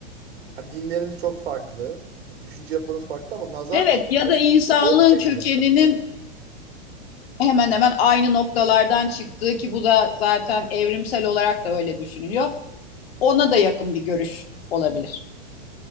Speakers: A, on the right; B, on the left.
A: Hani dinlerimiz çok farklı, düşünce yapılarımız farklı ama nazar
B: Evet ya da insanlığın
A: Çok benzer.
B: kökeninin hemen hemen aynı noktalardan çıktığı ki bu da zaten evrimsel olarak da öyle düşünülüyor. ona da yakın bir görüş olabilir.